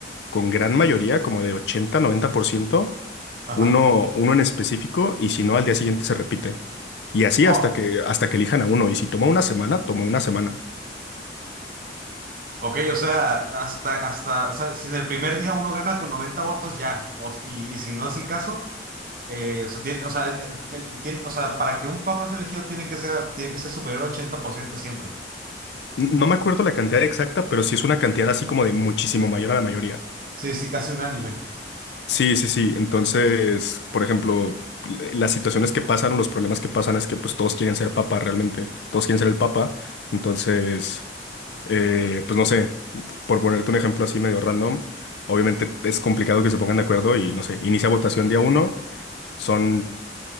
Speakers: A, on the left; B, on the right.
A: con gran mayoría, como de ochenta noventa por ciento
B: ajá.
A: uno, uno en específico, y si no, al día siguiente se repite. Y así
B: Oh.
A: hasta que, hasta que elijan a uno. Y si toma una semana, toma una semana.
B: Ok, o sea, hasta, hasta, o sea, si en el primer día uno gana con 90 votos, ya. O- y, y si no es el caso, eh, o sea, tiene- o sea, el- el- tiene- o sea, para que un papa sea elegido tiene que ser, tiene que ser superior al ochenta por ciento siempre.
A: N- No me acuerdo la cantidad exacta, pero sí es una cantidad así como de muchísimo mayor a la mayoría.
B: Sí, sí, casi unánime.
A: Sí, sí, sí. Entonces, por ejemplo, l- las situaciones que pasan o los problemas que pasan es que pues todos quieren ser papa realmente, todos quieren ser el papa. Entonces, eh, pues no sé, por ponerte un ejemplo así medio random, obviamente es complicado que se pongan de acuerdo y no sé, inicia votación día uno, son,